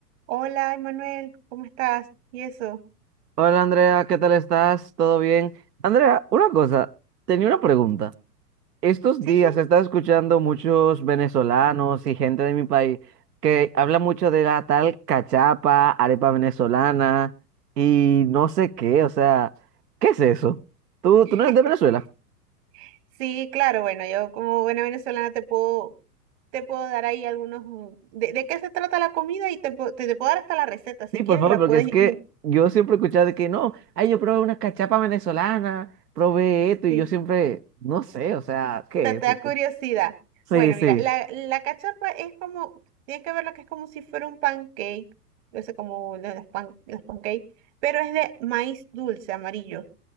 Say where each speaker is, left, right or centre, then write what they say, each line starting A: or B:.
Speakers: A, on the right (about 45°); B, on the right (about 70°).
A: Hola, Emanuel, ¿cómo estás? ¿Y eso?
B: Hola Andrea, ¿qué tal estás? ¿Todo bien? Andrea, una cosa, tenía una pregunta. Estos
A: Sí,
B: días
A: sí.
B: he estado escuchando muchos venezolanos y gente de mi país que habla mucho de la tal cachapa, arepa venezolana y no sé qué, o sea, ¿qué es eso? ¿Tú,
A: <laughs>
B: tú no eres de Venezuela?
A: Sí, claro, bueno, yo como buena venezolana te puedo, te puedo dar ahí algunos... mm, ¿De, de qué se trata la comida? Y te, pu- te, te puedo dar hasta la receta si
B: Sí, por
A: quieres
B: favor,
A: y la
B: porque
A: puedes...
B: es que
A: in-
B: yo siempre he escuchado de que no, ay, yo probé una cachapa venezolana, probé esto y
A: sí.
B: yo siempre, no sé, o sea, ¿qué
A: Te, te
B: es eso?
A: da curiosidad.
B: Sí,
A: Bueno,
B: sí.
A: mira, la, la cachapa es como, tienes que verla que es como si fuera un pancake, no sé, como lo de los, pan, los pancakes, pero es de maíz dulce, amarillo.